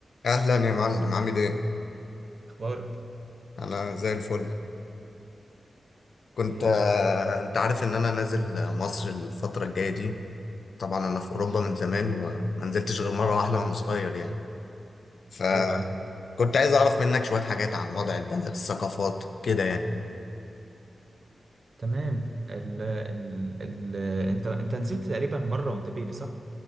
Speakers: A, on the left (about 70°); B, on the right (about 40°).
A: اهلا يا معلم عامل ايه
B: اخبارك
A: انا زي الفل كنت
B: ايه يا
A: آه،
B: باشا
A: انت عارف ان انا نازل مصر الفتره الجايه دي طبعا انا في اوروبا من زمان وما نزلتش غير مره واحده وانا صغير يعني فكنت
B: ايوه ايوه
A: عايز اعرف منك شويه حاجات عن وضع البلد الثقافات كده يعني
B: تمام ال ال ال انت انت نزلت تقريبا مره وانت بيبي صح